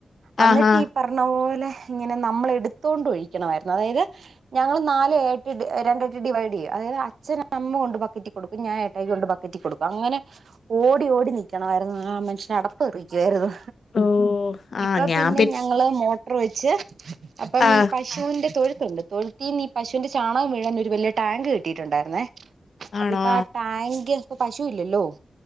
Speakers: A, on the right (about 80°); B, on the left (about 60°).
A: എന്നിട്ട്
B: ആഹ് ആഹ്
A: പറഞ്ഞ പോലെ ഇങ്ങനെ നമ്മള് എടുത്തൊണ്ട് ഒഴിക്കണമായിരുന്നു അതായത് ഞങ്ങള് നാല് ആട്ട് രണ്ടായിട്ട് ഡിവൈഡ് ചെയ്യും അതായത് അച്ഛന് അമ്മ കൊണ്ട് ബക്ക കൊടുക്കും ഞാൻ ഏട്ടായിക്ക് കൊണ്ട് ബക്കറ്റിൽ കൊടുക്കും അങ്ങനെ ഓടി ഓടി നിൽക്കണമായിരുന്നു ആഹ് മനുഷ്യന് അടപ്പ് തെറിക്കുവായിരുന്നു
B: ഓഹ് ആഹ്
A: ഇപ്പൊ
B: ഞാൻ
A: പിന്നെ ഞങ്ങള് മോട്ടർ വെച്ച് അപ്പം
B: ആഹ്
A: ഈ പശുവിന്റെ തൊഴുത്തുണ്ട് തൊഴുത്തിന്ന് ഈ പശുവിന്റെ ചാണകം വീഴാൻ ഒരു വലിയ ടാക് കെട്ടിയിട്ടുണ്ടായിരുന്നേ അപ്പൊ
B: ആണോ
A: ഇപ്പൊ ആ ടാങ്ക് പ്പൊ പശു ഇല്ലല്ലോ